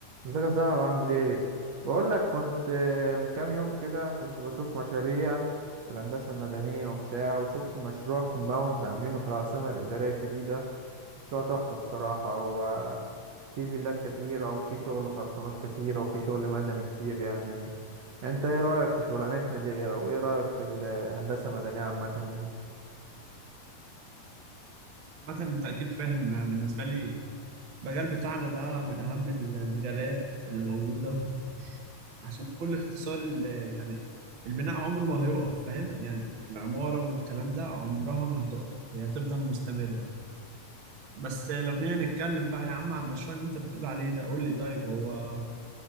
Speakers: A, on the right; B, on the right.
A: ازيك يا صاحبي عامل ايه بقول لك كنت آه، من كام يوم كده كنت بشوف مشاريع في الهندسه المدنيه وبتاع وشفت مشروع كومباوند عاملينه في العاصمه الاداريه الجديده مشروع تحفه الصراحه هو في فيلات كتيره وفي شغل خرسانات كتيره وفي شغل مدني كتير يعني انت ايه رايك في شغلانتنا دي او ايه رايك في الهندسه المدنيه عامه يعني
B: عامة أنت أكيد فاهم بالنسبة لي المجال بتاعنا ده من أهم المجالات اللي موجودة عشان بكل اختصار ال- يعني البناء عمره ما هيقف فاهم يعني العمارة والكلام ده عمرها ما هتقف هي هتفضل مستمرة بس لو جينا نتكلم بقى يا عم عن المشروع اللي أنت بتقول عليه ده قول لي طيب هو